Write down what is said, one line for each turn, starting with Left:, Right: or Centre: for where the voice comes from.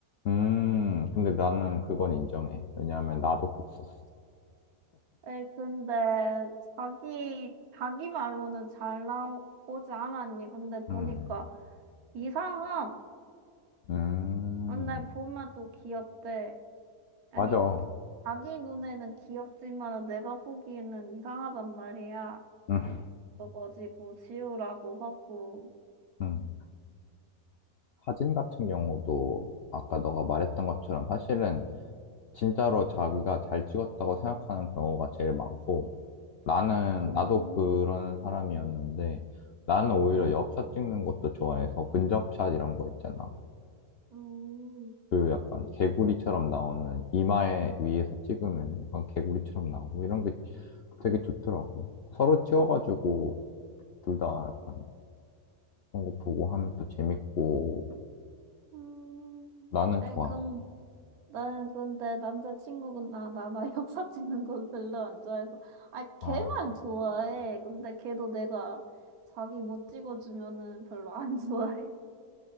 Left: 음, 근데 나는 그건 인정해. 왜냐하면 나도 그랬었어.
Right: 에이, 근데 자기, 자기 말로는 잘 나오지 않았니? 근데 보니까
Left: 음,
Right: 이상함.
Left: 음,
Right: 근데 보면 또 귀엽대. 아니,
Left: 맞아.
Right: 자기 눈에는 귀엽지만 내가 보기에는 이상하단 말이야.
Left: 음,
Right: 그래가지고 지우라고 하고.
Left: 음. 사진 같은 경우도 아까 너가 말했던 것처럼 사실은 진짜로 자기가 잘 찍었다고 생각하는 경우가 제일 많고 나는,
Right: 음,
Left: 나도 그런 사람이었는데 나는 오히려
Right: 음.
Left: 엽샷 찍는 것도 좋아해서 근접샷 이런 거 있잖아.
Right: 음,
Left: 그 약간 개구리처럼 나오는 이마에 위에서 찍으면 약간 개구리처럼 나오고 이런 게 되게 좋더라고. 서로 찍어가지고 둘 다 약간 그런 거 보고 하면 또 재밌고
Right: 음,
Left: 나는
Right: 아이,
Left: 좋았어.
Right: 건, 난 근데 남자친구가 나, 나, <laughs> 나 엽사 찍는 건 별로 안 좋아해서. 아, 걔만
Left: 아,
Right: 좋아해. 근데 걔도 내가 자기 못 찍어주면은 별로 안 <laughs> 좋아해.